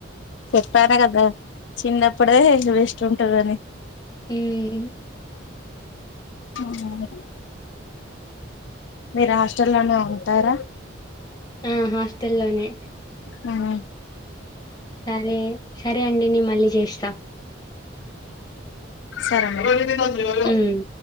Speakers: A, on the left; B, on the left.
A: చెప్పానే కదా! చిన్నప్పుడే వేస్ట్ ఉంటాదని.
B: ఉమ్.
A: అవునవును. మీరు, హాస్టల్లోనే ఉంటారా?
B: ఆ, హాస్టల్లోనే.
A: మ్హు.
B: సరే, సరే అండి. నేనే మళ్ళీ చేస్తా.
A: సరే మరి, అన్న తింటాదుకు లేరా?
B: హ్మ్